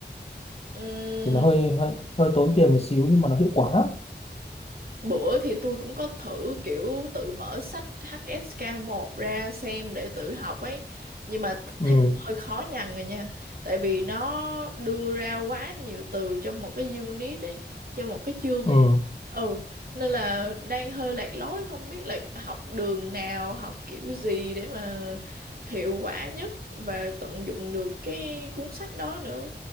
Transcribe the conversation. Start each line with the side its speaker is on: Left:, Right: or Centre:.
Right: Ừ.
Left: thì nó hơi, hơi hơi tốn tiền một xíu nhưng mà nó hiệu quả lắm
Right: Bữa thì tôi cũng có thử kiểu tự mở sách hsk một ra xem để tự học ấy. Nhưng mà
Left: Ừ.
Right: thấy cũng hơi khó nhằn rồi nha. Tại vì nó đưa ra quá nhiều từ trong một cái unit ấy, trong một cái chương
Left: Ừ.
Right: ấy. Ừ, nên là đang hơi lạc lối không biết là học đường nào, học kiểu gì để mà hiệu quả nhất và tận dụng được cái cuốn sách đó nữa.